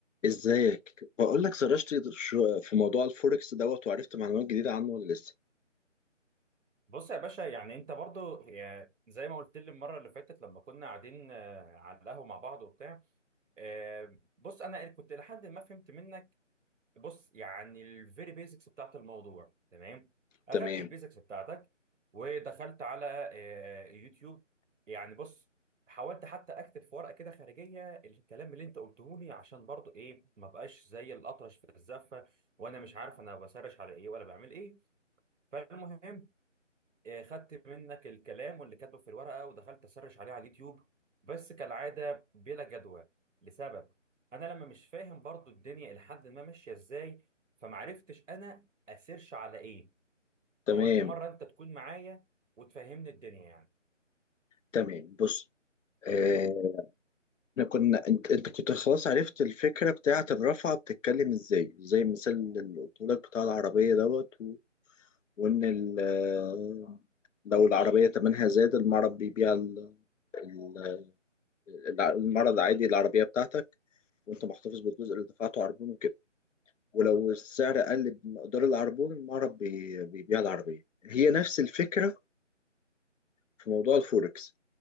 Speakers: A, on the left; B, on the right.
A: ازيك بقول لك سرشت شو- في موضوع الفوركس دوت وعرفت معلومات جديده عنه ولا لسه
B: بص يا باشا يعني انت برضو يا- زي ما قلت لي المره اللي فاتت لما كنا قاعدين آه، على القهوه مع بعض وبتاع آه، بص انا كنت لحد ما فهمت منك بص يعني الفيري بيزكس بتاعت الموضوع تمام اخدت
A: تمام
B: البيزكس بتاعتك ودخلت على آه، يوتيوب يعني بص حاولت حتى اكتب في ورقه كده خارجيه الكلام اللي انت قلته لي عشان برضو ايه ما بقاش زي الاطرش في الزفه وانا مش عارف انا بسرش على ايه ولا بعمل ايه فالمهم آه، خدت منك الكلام واللي كاتبه في الورقه ودخلت اسرش عليه على اليوتيوب بس كالعاده بلا جدوى لسبب انا لما مش فاهم برضو الدنيا لحد ما ماشيه ازاي فمعرفتش انا اسيرش على ايه
A: تمام
B: فقلت مره انت تكون معايا وتفهمني الدنيا يعني
A: تمام بص آه، احنا كنا انت, انت كنت خلاص عرفت الفكره بتاعه الرفعه بتتكلم ازاي زي المثال اللي قلت لك بتاع العربيه دوت و... وان ال... آه، لو العربيه تمنها زاد المعرض بيبيع ال... ال- الع- المعرض عادي العربيه بتاعتك وانت محتفظ بالجزء اللي دفعته عربون وكده ولو السعر قل بمقدار العربون المعرض بي- بيبيع العربية هي نفس الفكرة في موضوع الفوركس